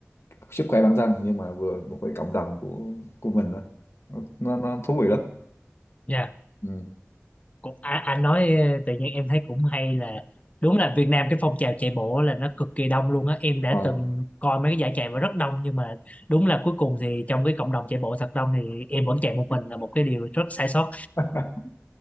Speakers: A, on the left; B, on the left.
A: ờ, sức khỏe bản thân nhưng mà vừa một cái cộng đồng của của mình á nó, nó thú vị lắm
B: Dạ.
A: ừ.
B: cũng à, anh nói ờ, tự nhiên em thấy cũng hay là đúng là Việt Nam cái phong trào chạy bộ là nó cực kỳ đông luôn á em
A: Đúng
B: đã
A: rồi.
B: từng coi mấy cái giải chạy và rất đông nhưng mà đúng là cuối cùng thì trong cái cộng đồng chạy bộ thật đông thì em vẫn chạy một mình là một cái điều rất sai sót
A: <laughs>